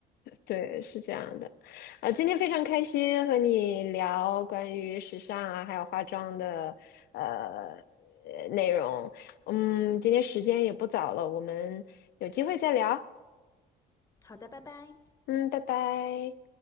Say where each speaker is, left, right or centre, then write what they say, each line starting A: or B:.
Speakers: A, on the left; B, on the left.
A: 对，是这样的。啊、今天非常开心和你聊关于时尚啊，还有化妆的呃呃内容。嗯，今天时间也不早了，我们有机会再聊。
B: <laughs> 好的，拜拜。
A: 嗯，拜拜。